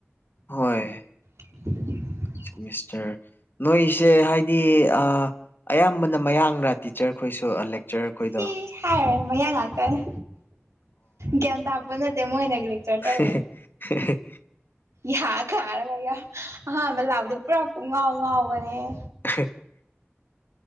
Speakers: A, on the left (about 45°); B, on the right (about 85°).
A: ꯍꯣꯏ
B: <inaudible>
A: ꯁꯦꯃꯤꯁꯇꯔ ꯅꯣꯏꯁꯦ ꯍꯥꯏꯗꯤ ꯑ ꯑꯌꯥꯝꯕꯅ ꯃꯌꯥꯡꯂꯥ ꯇꯤꯆꯔ ꯈꯣꯏꯁꯨ ꯂꯦꯛꯆꯔ ꯈꯣꯏꯗꯣ꯫
B: ꯢꯁ ꯍꯥꯏꯔꯣꯢ ꯃꯌꯥꯡ ꯉꯥꯛꯇꯅꯦ ꯒ꯭ꯌꯥꯟ ꯇꯥꯄ ꯅꯠꯇꯦ ꯃꯣꯏꯅ꯫ ꯂꯦꯛꯆꯔ ꯇꯧꯔꯤꯗꯣ
A: ꯍꯦ ꯍꯦ ꯍꯦ ꯍꯦ
B: ꯌꯥ ꯀꯥꯔꯒ ꯑꯍꯥꯟꯕ ꯂꯥꯛꯕꯗ ꯄꯨꯔꯥ ꯄꯨꯡꯉꯥꯎ ꯉꯥꯎꯕꯅꯦꯍꯦ꯫
A: <unintelligible>